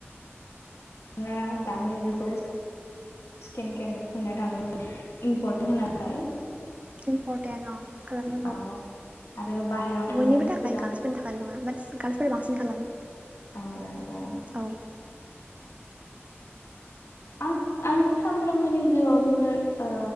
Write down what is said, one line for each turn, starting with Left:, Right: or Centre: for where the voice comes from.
Left: ना दा दानि जुगाव स्किन केयार फोननाय थां इमपर्टेन्ट होनाखाय
Right: इम्पर्टेन्ट अ खालामनांगौ
Left: औ आरो बाहेरायाव थांनायनि
Right: बयनिबो थाखाय
Left: सिगां
Right: गार्ल्सफोरनि थाखायल' नङा बाट गार्ल्सफोर बांसिन खालामो
Left: औ औ औ
Right: औ
Left: आं आंनि सानफ्रोमबोनि जिउआव बुंनो ओ